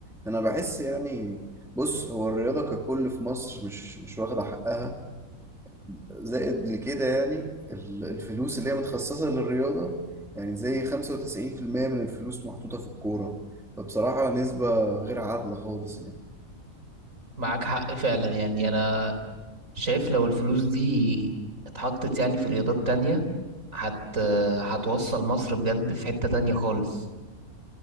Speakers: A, in the centre; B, on the right.
A: انا بحس يعني بص هو الرياضه ككل في مصر مش مش واخده حقها زائد لكده يعني ال- الفلوس اللي هي متخصصة للرياضة يعني زي 95% من الفلوس محطوطة في الكورة فبصراحة نسبة غير عادلة خالص يعني
B: معاك حق فعلا يعني انا شايف لو الفلوس دي اتحطت يعني في رياضات تانية هت... هتوصل مصر بجد في حتة تانية خالص